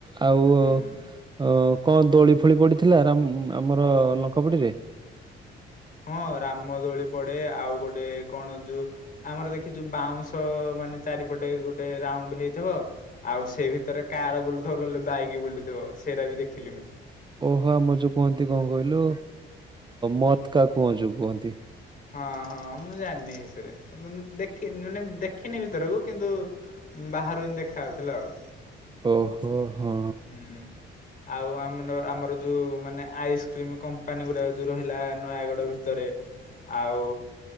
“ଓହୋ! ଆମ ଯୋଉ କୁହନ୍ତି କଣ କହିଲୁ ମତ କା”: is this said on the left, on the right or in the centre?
Right